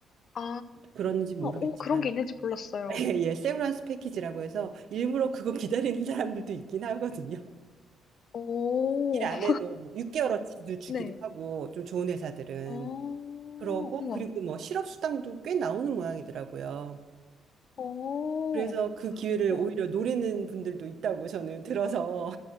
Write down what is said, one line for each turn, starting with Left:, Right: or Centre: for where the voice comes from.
Left: 아,
Right: 그런지 모르겠지만
Left: 오, 그런 게 있는지 몰랐어요.
Right: 예, 예, 세브란스 패키지라고 해서 일부러 그거 기다리는 사람들도 있긴 하거든요.
Left: 오,
Right: 일 안
Left: <laughs>
Right: 해도 뭐 6개월어치도 주기도
Left: 네.
Right: 하고 좀 좋은 회사들은
Left: 오오...
Right: 그러고
Left: 우와.
Right: 그리고 뭐 실업 수당도 꽤 나오는 모양이더라고요.
Left: 오
Right: 그래서 그 기회를
Left: 우와.
Right: 오히려 노리는 분들도 있다고 저는 들어서